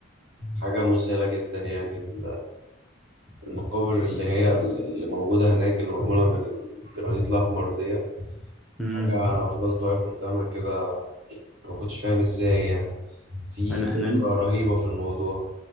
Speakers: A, on the right; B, in the centre.
A: حاجه مذهله جدا يعني المقابر اللي هي ال- اللي موجودة هناك اللي معمولة من الجرانيت الأحمر ديت
B: امم
A: حاجة أنا فضلت واقف قدامها كده أنا ما كنتش فاهم إزاي يعني في
B: انا
A: دقة
B: انا
A: رهيبة في الموضوع